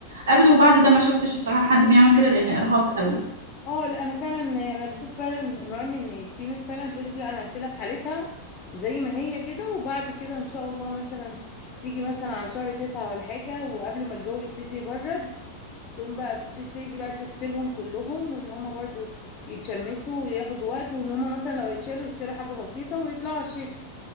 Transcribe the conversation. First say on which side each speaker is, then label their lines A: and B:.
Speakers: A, on the right (about 65°); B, on the left (about 30°).
A: قبل وبعد ده ما شفتش الصراحه حد بيعمل كده لان ارهاق قوي
B: اه لا انا فعلا انا بشوف فعلا نوع من الناس في ناس فعلا تقول لك لا انا هشيلها في حالتها زي ما هي كده وبعد كده ان شاء الله مثلا تيجي مثلا على شهر تسعة ولا حاجة وقبل ما الجو يبتدي يبرد تقوم بقى بتبتدي بقى تغسلهم كلهم وان هما برضو يتشمسوا وياخدوا وقت وان هما مثلا لو يتشالوا يتشالوا حاجة بسيطة ويطلعوا على الشتا